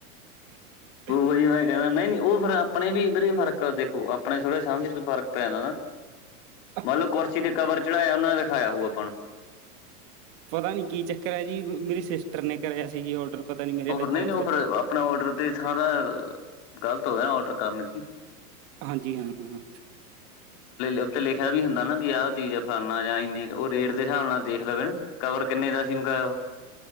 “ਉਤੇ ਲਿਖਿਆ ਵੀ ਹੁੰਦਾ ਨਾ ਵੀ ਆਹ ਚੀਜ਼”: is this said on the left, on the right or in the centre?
Left